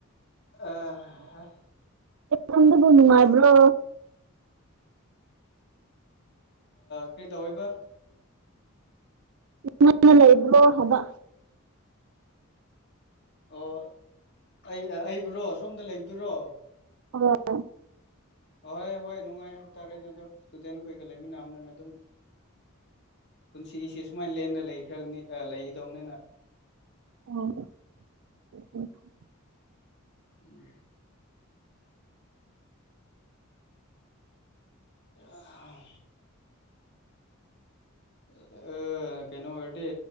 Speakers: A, on the left; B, on the right.
A: ꯑ
B: ꯀꯗ ꯄꯣꯅꯨꯃ ꯏꯕ꯭ꯂꯣ
A: ꯀꯔꯤ ꯇꯧꯋꯕ
B: ꯏꯃ ꯂꯩ ꯏꯕ꯭ꯔꯣ ꯍꯥꯕ
A: ꯑꯣ ꯑꯩ ꯑꯩꯕꯨ꯭ꯔꯣ ꯁꯣꯝꯗ ꯂꯩꯕꯗꯨꯔꯣ
B: ꯑꯣ
A: ꯑꯍꯣꯏ ꯍꯣꯏ ꯅꯨꯡꯉꯥꯏ ꯍꯥꯏꯇꯥꯔꯦꯅꯦ ꯑꯗꯣ ꯏꯁꯇꯨꯗꯦꯟꯈꯣꯏꯒ ꯂꯩꯃꯤꯟꯅꯝꯅꯅ ꯑꯗꯨꯝ
B: <unintelligible>
A: ꯄꯨꯟꯁꯤꯁꯤ ꯁꯨꯃꯥꯏꯅ ꯂꯦꯟꯗ ꯂꯩꯈ꯭ꯔꯕꯅꯤ ꯂꯩꯈꯤꯗꯕꯅꯤꯅ
B: ꯑꯣ
A: ꯎꯝ ꯑ ꯑꯥ ꯑ ꯀꯩꯅꯣ ꯑꯣꯏꯗꯤ